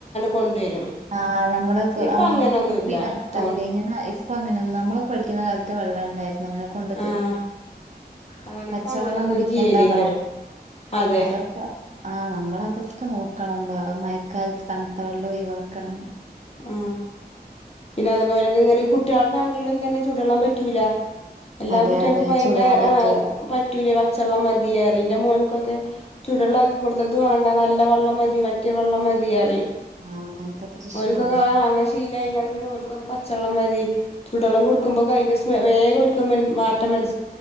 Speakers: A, on the left; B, on the right.
A: കൊണ്ടുവരും
B: ആ നമ്മള്ക്ക്
A: ഇപ്പൊ
B: മ്
A: അങ്ങനൊന്നുല്ല
B: നമ്ക്ക് കുപ്പീന്റാര്ന്നാല്ത്തെ
A: തോണ്
B: ഇങ്ങനെ ഇപ്പ അങ്ങനെ നമ്മളൊക്കെ പഠിക്കുന്ന കാലത്ത് വെള്ളം ഇണ്ടായി അങ്ങനെ കൊണ്ടു തരും.
A: ആഹ് അതാണ്
B: പച്ചവെള്ളം
A: ഇപ്പ അങ്ങനൊന്നും
B: കുടിക്കണ്ടാ
A: ചെയ്യലില്ല
B: പറയും
A: അതെ
B: അതൊക്കെ ആ നമ്മളതൊക്കെ നോ ക്കളമ്പാ മയ്ക്കാലത്ത് തണ്‌ത്ത വെള്ളം ഒയിവാക്കണം.
A: ആ പിന്നെ അതേപോലൊക്കെ ഇങ്ങനെ കുട്ടികൾക്കാണെങ്കിലും തന്നെ ചൂടെള്ളം പറ്റൂല. എല്ലാ
B: അതെ
A: കുട്ടികൾക്കുംപ്പ
B: അതെ
A: അതിന്റെ
B: ചൂടുവെള്ളം പറ്റൂല
A: പറ്റൂല് പച്ചെള്ളം മതിയറിന്റെ മോൻക്കൊക്കെ ചുടുള്ള ക്കി കൊടുത്തത് വേണ്ട നല്ല വെള്ളം മതി മറ്റേ വെള്ളം മതിയ അറിയും.
B: ആ അങ്ങനത്തെ പ്രശ്നം
A: ക്കോ ങ്ങാനെ ശീലായിക്കാണ്ട് പിന്നെ ഓല്ക്കൊക്കെ പച്ചെള്ളം മതി ചൂടെള്ളം കൊടുക്കുമ്പോക്കെ അതിന്റെ വേഗം മാറ്റം മന